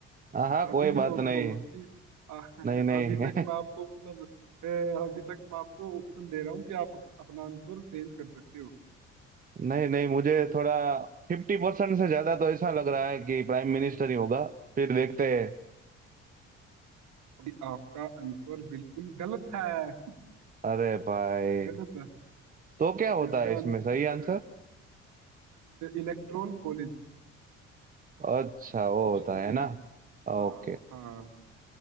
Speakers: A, on the right (about 25°); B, on the right (about 50°).
A: हाँ हाँ
B: अभी
A: कोई
B: भी
A: बात
B: सोच
A: नहीं
B: लो अभी आ, <laughs>
A: नहीं नहीं
B: अभी तक
A: <laughs>
B: मैं आपको मतलब अ, अभी तक मैं आपको ऑप्शन दे रहा हूँ कि आप अपना आंसर चेंज कर सकते हो
A: नहीं नहीं मुझे थोड़ा फिफ्टी परसेंट से ज्यादा तो ऐसा लग रहा है कि प्राइम मिनिस्टर ही होगा फिर देखते हैं
B: अभी आपका आंसर बिल्कुल गलत है
A: अरे भाई
B: गलत है
A: तो क्या होता
B: इसका
A: है इसमें
B: answer
A: सही आंसर
B: electoral college
A: अच्छा वो
B: option
A: होता है
B: C
A: ना ओके
B: हाँ हाँ हाँ।